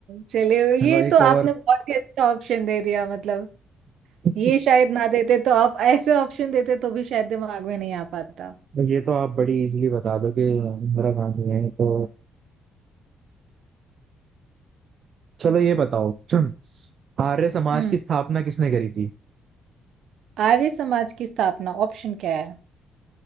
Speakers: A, on the right; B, on the right.
A: चलिए
B: चलो
A: ये
B: एक
A: तो
B: और
A: आपने बहुत ही अच्छा ऑप्शन दे दिया मतलब
B: <laughs>
A: ये शायद ना देते तो आप ऐसे ऑप्शन देते तो भी शायद दिमाग में नहीं आ पाता
B: तो ये तो आप बड़ी इजीली बता दो कि इंदिरा गांधी है तो चलो ये बताओ <clears throat> आर्य समाज
A: हम्म
B: की स्थापना किसने करी थी
A: आर्य समाज की स्थापना ऑप्शन क्या है